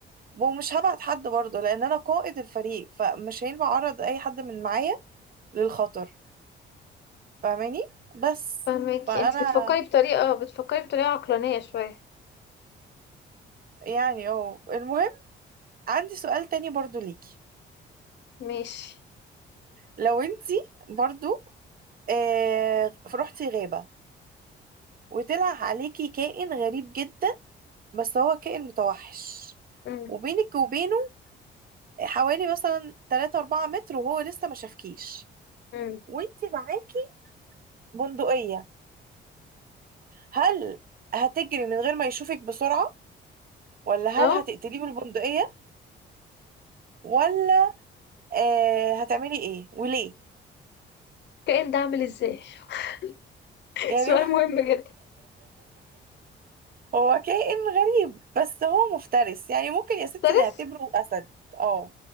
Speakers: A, on the right (about 45°); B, on the left (about 60°).
A: ومش هبعت حد برضه لان انا قائد الفريق فمش هينفع اعرض اي حد من معايا للخطر فاهماني بس
B: فاهمك
A: فانا
B: انت بتفكري بطريقه بتفكري بطريقه عقلانيه شويه
A: يعني اه المهم عندي سؤال تاني برضو ليكي
B: ماشي
A: لو انتي برضو آه رحتي غابة وطلع عليكي كائن غريب جدا بس هو كائن متوحش
B: امم
A: وبينك وبينه حوالي مثلا 3 4 متر وهو لسه ما شافكيش
B: امم
A: وانتي معاكي بندقية هل هتجري من غير ما يشوفك بسرعة ولا هل
B: اهو
A: هتقتليه بالبندقية ولا آه هتعملي ايه وليه
B: كائن ده عامل ازاي <laughs>
A: يعني
B: سؤال
A: <laughs>
B: مهم جدا
A: هو كائن غريب بس هو مفترس يعني ممكن يا ستي
B: ستريس
A: نعتبره أسد اه